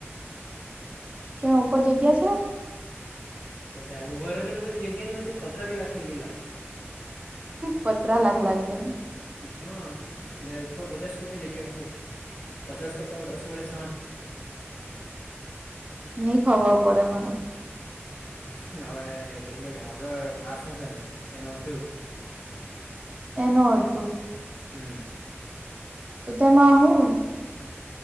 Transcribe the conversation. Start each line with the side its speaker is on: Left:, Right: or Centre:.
Right: કેયાં ઉપર જગ્યા છે.
Left: તો ધાબ બર પછી જગ્યા ની હોય કે પત્રા બી લખાયાઈ ગેલા
Right: પત્ર લખલા અગીની.
Left: હા એટલે ઉપર પચાસ ફૂટ ની જગ્યા હશે પચાસ કરતા રસ વડે સાજ
Right: ન ખબર પડે મને.
Left: હવે કેટલું કે આપડો ક્લાસ હશે ને તેનું અડધું.
Right: એનો અડથુ
Left: હમ.
Right: તો તેમાં હું.